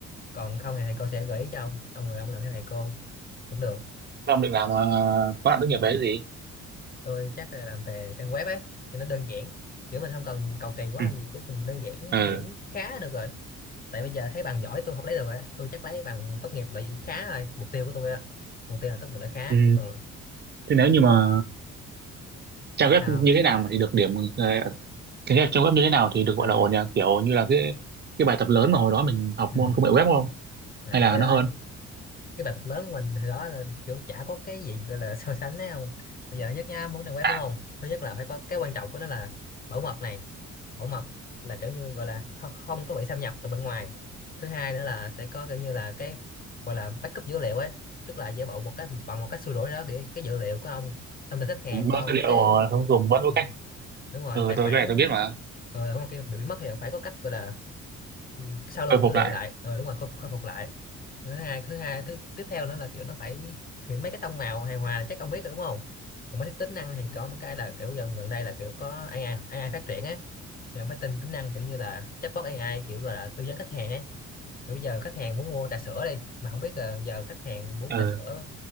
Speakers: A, on the left; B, on the right.
A: còn không thì thầy cô sẽ gợi ý cho ông ông rồi ông làm theo thầy cô cũng được
B: Thế ông định làm ờ, khóa luận tốt nghiệp đấy gì
A: tôi chắc là làm về trang web ấy cho nó đơn giản kiểu mình không cần cầu kỳ quá
B: ừ.
A: làm gì kiểu chừng đơn giản
B: ừ
A: điểm khá là được rồi tại bây giờ thấy bằng giỏi tôi không lấy được rồi á. tôi chắc lấy bằng tốt nghiệp loại khá thôi mục tiêu của tôi á mục tiêu là tốt nghiệp loại khá
B: Ừ,
A: còn
B: thế nếu như mà trang web
A: sao
B: như
A: không?
B: thế nào mà thì được điểm ờ, cái web- trang web như thế nào thì được gọi
A: à,
B: là ổn nhỉ kiểu như là cái cái bài tập lớn mà hồi đó mình học
A: ừ.
B: môn công nghệ web không
A: à,
B: hay là
A: cái
B: nó
A: đó
B: hơn
A: thì cái bài tập lớn của mình hồi đó là kiểu chả có cái gì gọi là so sánh đấy không bây giờ nhất nha muốn trang web
B: à
A: đúng không thứ nhất là phải có cái quan trọng của nó là bảo mật này bảo mật là kiểu như gọi là không, không có bị xâm nhập từ bên ngoài thứ hai nữa là sẽ có kiểu như là cái gọi là backup dữ liệu ấy tức là giả bộ một cái bằng một cách xua đuổi đó thì cái dữ liệu của ông thông tin khách hàng
B: cũng
A: của
B: có
A: ông
B: tư liệu
A: mấy cái
B: mà không dùng vẫn có
A: ừ,
B: cách
A: đúng rồi
B: ừ,
A: tài
B: tôi
A: khoản
B: cái này tôi biết mà
A: ờ ừ, không kia bị, bị mất thì ông phải có cách gọi là ừ, sao lưu
B: khôi phục
A: dữ liệu
B: lại
A: lại ờ đúng rồi khôi, khôi phục lại thứ hai thứ hai thứ tiếp theo nữa là kiểu nó phải thì mấy cái tông màu hài hòa là chắc ông biết rồi đúng không còn mấy cái tính năng thì có một cái là kiểu gần gần đây là kiểu có AI AI phát triển á thì ông phải tin tính năng kiểu như là chatbot AI kiểu gọi là tư vấn khách hàng ấy. Kiểu bây giờ khách hàng muốn mua trà sữa đi mà không biết là giờ khách hàng muốn
B: ừ.
A: trà sữa